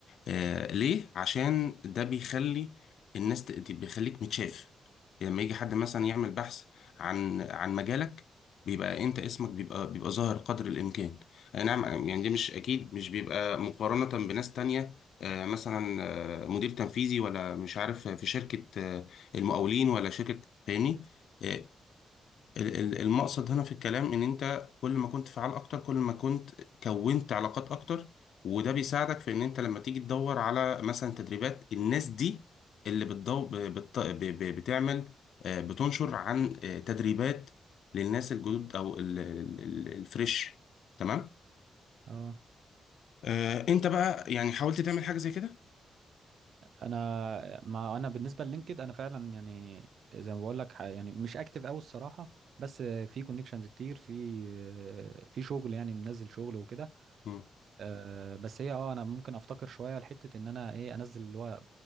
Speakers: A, on the left; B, on the right.
A: آه، ليه؟ عشان ده بيخلي الناس ت- ت- بيخليك متشاف لما يجي حد مثلا يعمل بحث عن عن مجالك بيبقى انت اسمك بيبقى بيبقى ظاهر قدر الامكان اي نعم يعني ده مش اكيد مش بيبقى مقارنة بناس تانية آه، مثلا آه، مدير تنفيذي ولا مش عارف في شركة آه، المقاولين ولا شركة فاهمني آه، ال- ال- المقصد هنا في الكلام ان انت كل ما كنت فعال اكتر كل ما كنت كونت علاقات اكتر وده بيساعدك في ان انت لما تيجي تدور على مثلا تدريبات الناس دي اللي بتضو ب- بت- ب- ب- بتعمل آه، بتنشر عن آه، تدريبات للناس الجدد او ال- ال- ال- الفريش تمام
B: اه
A: آه، انت بقى يعني حاولت تعمل حاجة زي كده؟
B: انا ما انا بالنسبة للينكد انا فعلا يعني زي ما بقول لك ح- يعني مش اكتف قوي الصراحة بس آه، في كونكشنز كتير في آه، في شغل يعني منزل شغل وكده
A: مم.
B: آه، بس هي اه انا ممكن افتكر شوية لحتة ان انا ايه انزل اللي هو